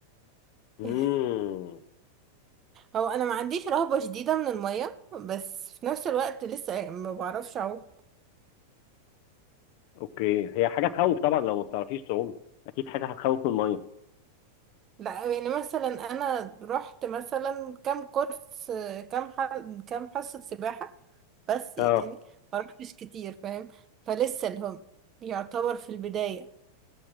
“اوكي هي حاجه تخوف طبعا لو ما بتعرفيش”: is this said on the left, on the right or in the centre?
Left